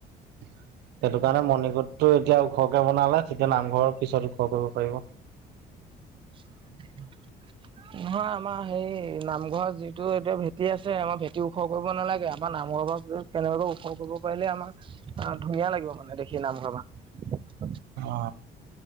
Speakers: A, on the right; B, on the right.
A: সেইটো কাৰণে মণিকূটটো এতিয়া ওখকে বনালে। এতিয়া নামঘৰৰ পিছত ওখ কৰিব পাৰিব।
B: <inaudible> নহয়, আমাৰ হেৰি নামঘৰৰ যিটো এতিয়া ভেঁটি আছে, আমাৰ ভেঁটি ওখ কৰিব নালাগে। আমাৰ নামঘৰ <unintelligible> কেনেবাকে ওখ কৰিব পাৰিলে আমাক আহ ধুনীয়া লাগিব মানে দেখি নামঘৰৰ পা।
A: অ।